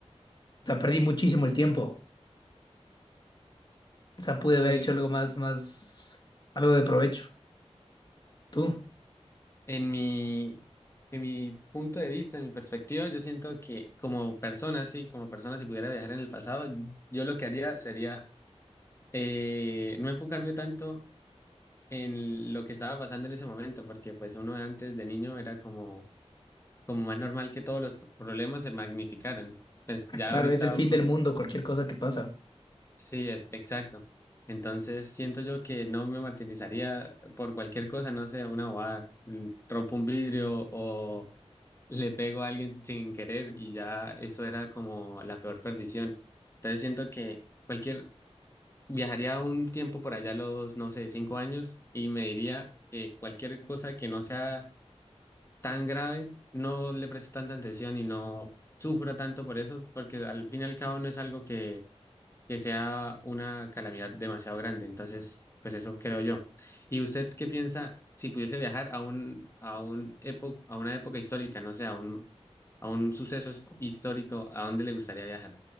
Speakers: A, on the left (about 40°); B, on the left (about 25°).
A: o sea, perdí muchísimo el tiempo. O sea, pude haber
B: Pues,
A: hecho algo más, más, algo de provecho. Tú,
B: En mi, en mi punto de vista, en mi perspectiva, yo siento que como persona, sí, como persona, si pudiera viajar en el pasado, yo lo que haría sería eh, no enfocarme tanto en lo que estaba pasando en ese momento, porque pues uno antes de niño era como, como más normal que todos los problemas se magnificaran. Pues ya
A: claro,
B: ahorita
A: es el fin
B: uno,
A: del mundo, cualquier cosa que pasa.
B: sí, es exacto. Entonces siento yo que no me martirizaría por cualquier cosa, no sé, una bobada, mm, rompo un vidrio o le pego a alguien sin querer y ya eso era como la peor perdición. Entonces siento que cualquier, viajaría un tiempo por allá, a los, no sé, cinco años y me diría que cualquier cosa que no sea tan grave, no le presto tanta atención y no sufra tanto por eso, porque al fin y al cabo no es algo que que sea una calamidad demasiado grande. Entonces, pues eso creo yo. ¿Y usted qué piensa si pudiese viajar a un, a un epo- a una época histórica, no sé, a un, a un suceso his- histórico, a dónde le gustaría viajar?